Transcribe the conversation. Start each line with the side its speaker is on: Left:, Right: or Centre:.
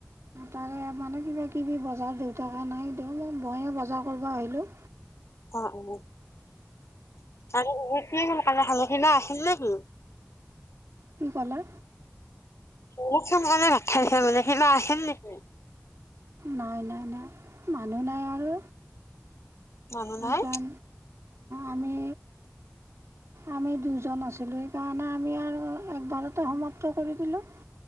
Right: তাৰে মানে কিবাকিবি বজাৰ দেউতাক নাই দেওঁ মইয়ে বজাৰ কৰিব আহিলোঁ।
Left: অ' উম আৰুে গল কে সালখি না আছিল নে কি <unintelligible>
Right: কি ক'লা?
Left: বহুত সোনকালে ভাত খাইছি মানে কিবা আছিল নেকি?
Right: নাই নাই নাই মানুহ নাই আৰু
Left: মানুহ
Right: সেইকাৰণ
Left: নাই
Right: আমি
Left: <unintelligible>
Right: আমি দুজন আছিলোঁ সেইকাৰণে আমি আৰু একবাৰতে সমাপ্ত কৰি দিলোঁ